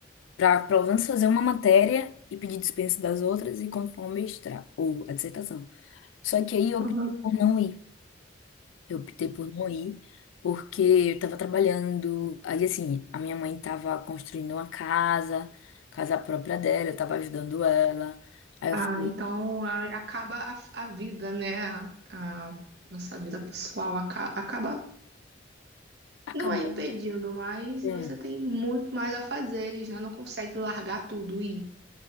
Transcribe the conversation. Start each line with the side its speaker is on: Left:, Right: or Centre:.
Left: para pelo menos fazer uma matéria e pedir dispensa das outras e conforme o mestrado ou a dissertação. Só que aí eu optei
Right: uhum.
Left: por não ir. Eu optei por não ir, porque eu estava trabalhando. Aí, assim, a minha mãe estava construindo uma casa, casa própria dela, eu estava ajudando ela. Aí eu
Right: Ah,
Left: falei,
Right: então a- acaba a, a vida, né? A, a nossa vida pessoal aca- acaba,
Left: acabou.
Right: não é impedindo, mas
Left: né?
Right: você tem muito mais a fazeres, né? Não consegue largar tudo e.